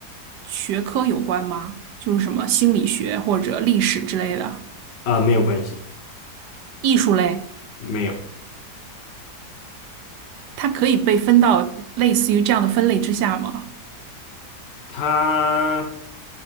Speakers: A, on the right (about 85°); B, on the left (about 55°).
A: 学科有关吗？就是什么心理学或者历史之类的
B: 啊、没有关系，
A: 艺术类，
B: 没有，
A: 它可以被分到类似于这样的分类之下吗？
B: 它